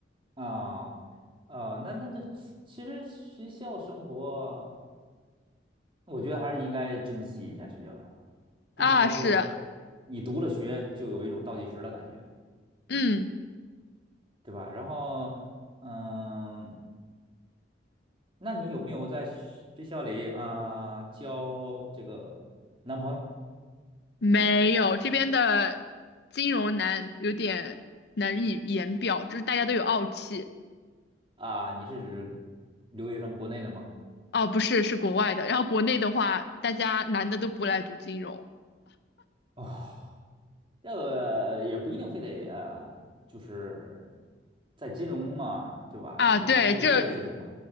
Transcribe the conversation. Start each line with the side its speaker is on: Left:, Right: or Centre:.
Right: 啊。啊。那那这其实学校生活，我觉得还是应该珍惜一下学校生活，毕竟它是
Left: 啊，是，
Right: 你读了学就有一种倒计时的感觉，
Left: 嗯，
Right: 对吧？然后，嗯，那你有没有在学学校里啊、交这个男朋友？
Left: 没有，这边的金融难有点难以言表，就是大家都有傲气，
Right: 啊，你是指留学生国内的吗？
Left: 哦，不是，是国外的，然后国内的话，大家男的都不来读金融。
Right: 哦，这个也不一定非得呃，就是在金融嘛，对吧？
Left: 啊，
Right: 这这无所谓学什么，
Left: 对，这